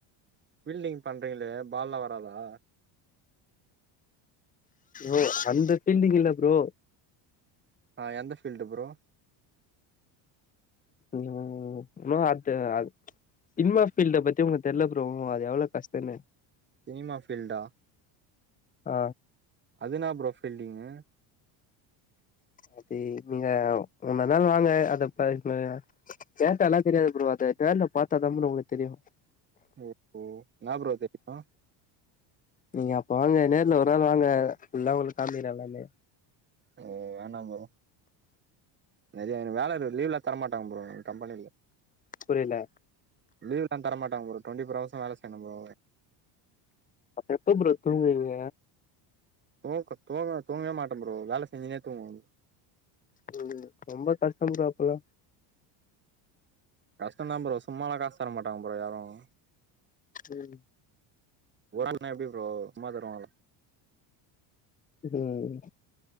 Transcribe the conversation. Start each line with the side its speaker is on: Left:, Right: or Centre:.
Right: ஃபீல்டிங் பண்றீங்களே பால்லா வராதா
Left: ஓ அந்த ஃபீல்டிங் இல்ல ப்ரோ
Right: ஆ எந்த ஃபீல்டு ப்ரோ
Left: ம் நோ அத்து ஆ சினிமா ஃபீல்ட பத்தி உங்க தெர்ல ப்ரோ அது எவ்ளோ கஷ்டோன்னு
Right: சினிமா ஃபீல்டா
Left: ஆ
Right: என்னா ப்ரோ ஃபீல்டிங்கு
Left: அது நீங்க உனொ நாள் வாங்க அதப் பேசுனது டேட்டல்லா தெரியாது ப்ரோ அத நேர்ல பாத்தாதா ப்ரோ ஒங்களுக்கு தெரியு
Right: ஓஹோ ன்னா ப்ரோ தெரியனு
Left: நீங்க அப்ப வாங்க நேர்ல ஒரு நாள் வாங்க ஃபுல்லா உங்ளுக்கு காமிகிர எல்லாமே
Right: ஓ வேணா ப்ரோ நெறய வேல இருகுது லீவ்லா தர மாட்டாங்க ப்ரோ எங் கம்பெனில
Left: புரீல
Right: லீவ்ல்லா தர மாட்டங்க ப்ரோ டொன்டி ஃபோர் அவர்ஸ்சு வேல செய்யனு ப்ரோ
Left: அப்ப எப்போ ப்ரோ தூங்குவீங்க
Right: தூக்க தோங்க தூங்கவே மாட்டே ப்ரோ வேல செஞ்சினே தூங்குவே
Left: உம் ரொம்ப கஷ்டம் ப்ரோ அப்பல்லாம்
Right: கஷ்ட்ந் தான் ப்ரோ சும்மால்லாம் காசு தர மாட்டங்க ப்ரோ யாரும்
Left: ம்
Right: ஒறங்குனா எப்டி ப்ரோ சும்மா தருவாங்களா
Left: ம் ம்